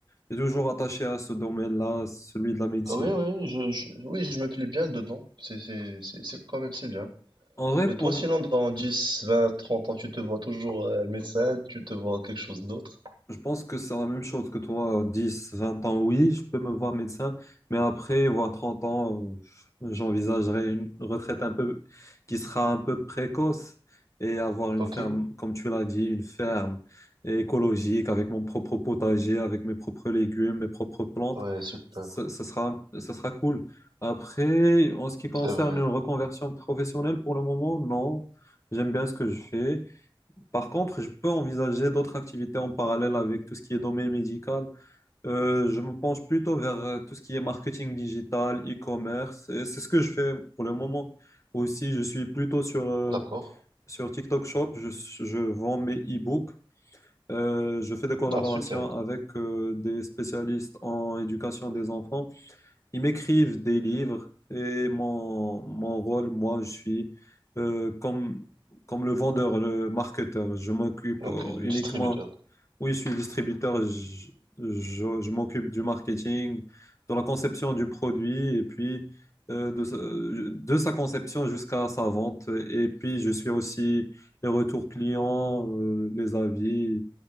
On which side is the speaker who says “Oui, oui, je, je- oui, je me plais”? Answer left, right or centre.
Right